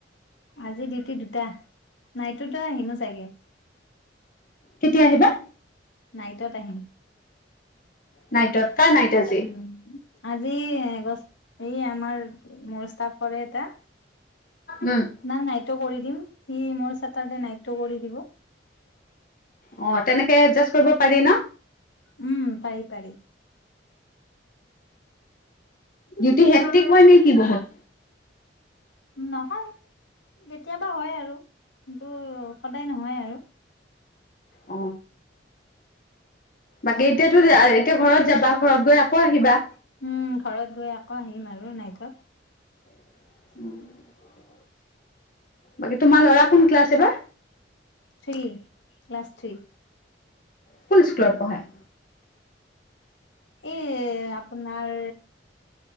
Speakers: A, on the left; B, on the left.
A: আজি ডিউটি দুটা নাইটোোতো আহিনো চাগে
B: কেতিয়া আহিবা
A: নাইটত আহিম
B: নাইটত কাৰ নাইট আজি?
A: উম আজি ছ এই আমাৰ মোৰ কৰে এটা
B: উম,
A: ন নাইটোো কৰি দিম ই মোৰ চেটাৰ্ডে নাইটটো কৰি দিব
B: অ তেনেকে এডজাষ্ট কৰিব পাৰি ন
A: উম পাৰি পাৰি
B: স সে্টিক ম হয় নেকি বহুত
A: নহয় কেতিয়াবা হয় আৰু কিন্তু সদায় নহয় আৰু
B: অ বাকী এতিয়াতো এতিয়া ঘৰত যাবা ঘৰত গৈ আকৌ আহিবা
A: উম ঘৰত গৈ আকৌ আহিম আৰু নাই এুৱ
B: উম বাকী তোমাৰ ল'ৰা কোন ক্লাছ এ বা
A: থ্ৰী ক্লাছ থ্ৰী
B: সুল স্কুলত পঢ়ায়
A: এই আপোনাৰ